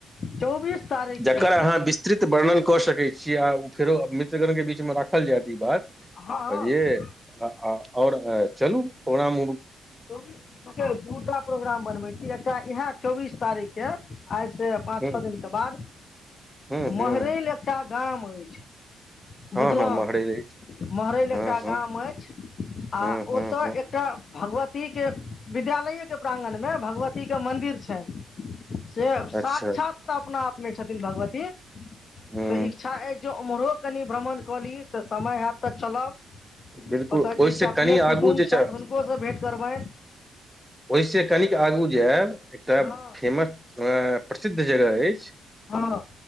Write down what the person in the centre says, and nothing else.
जकर अहाँ विस्तृत वर्णन कऽ सकैत छी आ फेरो मित्रगण के बीच मे राखल जायत ई बात
कहिय आ ओर चलू प्रोाम
हूँ
हूँ
हँ-हँ
महरैल रहै छै।
हँ हँ
हँ हँ
हँ
अच्छा
हँ
बिलकुल
ओहिसँ
कनि आगू
जे
छै
ओहिसँ कनिक आगू जायब एकटा
फेमस अ प्रसिद्ध जगह अछि।